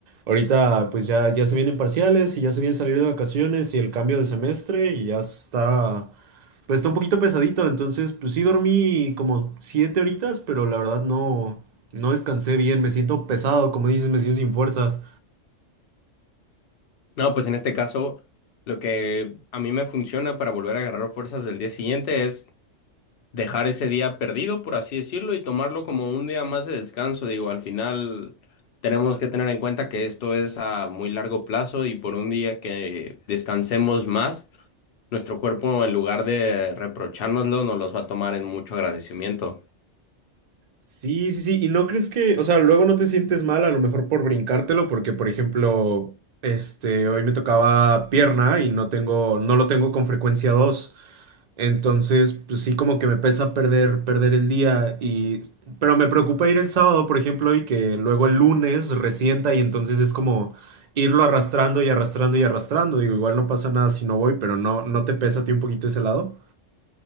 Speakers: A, on the right; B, on the left.
A: ahorita pues ya, ya se vienen parciales y ya se viene salir de vacaciones y el cambio de semestre y ya está, pues está un poquito pesadito, entonces pues sí dormí como 7 horitas, pero la verdad no, no descansé bien, me siento pesado, como dices, me siento sin fuerzas.
B: No, pues en este caso, lo que a mí me funciona para volver a agarrar fuerzas del día siguiente es dejar ese día perdido, por así decirlo, y tomarlo como un día más de descanso. Digo, al final tenemos que tener en cuenta que esto es a muy largo plazo y por un día que descansemos más, nuestro cuerpo en lugar de reprochárnoslo, nos los va a tomar en mucho agradecimiento.
A: Sí, sí, sí. ¿Y no crees que, o sea, luego no te sientes mal a lo mejor por brincártelo? Porque, por ejemplo, este, hoy me tocaba pierna y no tengo, no lo tengo con frecuencia dos, Entonces, pues sí, como que me pesa perder, perder el día. Y, pero me preocupa ir el sábado, por ejemplo, y que luego el lunes resienta y entonces es como irlo arrastrando y arrastrando y arrastrando. Digo, igual no pasa nada si no voy, pero no, ¿no te pesa a ti un poquito ese lado?